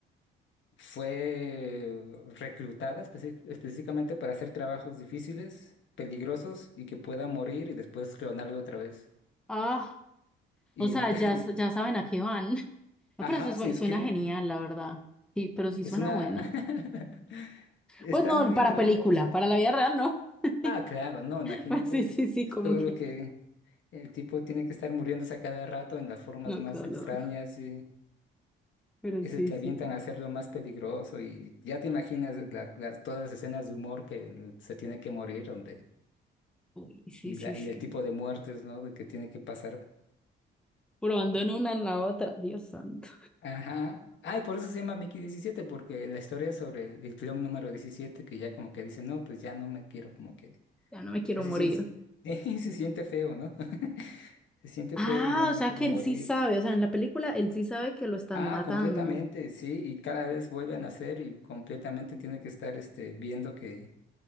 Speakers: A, on the left; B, in the centre.
A: fue reclutada especi- específicamente para hacer trabajos difíciles, peligrosos y que pueda morir y después clonarlo otra vez.
B: Ah,
A: Y,
B: o sea,
A: el- <laughs>
B: ya,
A: y-
B: s- ya saben a qué van. <laughs> Ah,
A: ajá,
B: Pero eso sue-
A: se inscribe.
B: suena genial, la verdad. Sí, pero sí
A: Es
B: suena
A: una...
B: buena.
A: <laughs> Está
B: Pues no,
A: muy
B: para
A: entretenida.
B: película, para la vida real, no. <laughs>
A: Ah, claro, no, imagínate
B: Pues sí, sí, sí, como
A: todo
B: que
A: lo que... El tipo tiene que estar muriéndose a cada rato en las formas
B: no,
A: más
B: qué dolor.
A: extrañas y
B: Pero
A: es
B: sí,
A: el que
B: sí.
A: avientan a hacerlo más peligroso y ya te imaginas la- las- todas las escenas de humor que se tiene que morir donde
B: Uy, sí,
A: y,
B: sí,
A: la-
B: sí.
A: y el tipo de muertes, ¿no? de que tiene que pasar.
B: Probando en una en la otra, Dios santo.
A: Ajá. Ah, y por eso se llama Mickey diecisiete porque la historia es sobre el, el clon número 17 que ya como que dice, "No, pues ya no me quiero como que
B: Ya no me quiero
A: ya se
B: morir.
A: siente <laughs> se siente feo, ¿no? <laughs> Se siente
B: Ah,
A: feo y ya no
B: o
A: me
B: sea
A: quiero
B: que
A: morir.
B: él sí sabe, o sea, en la película él sí sabe que lo están
A: Ah,
B: matando.
A: completamente, sí, y cada vez vuelven a hacer y completamente tiene que estar este viendo que,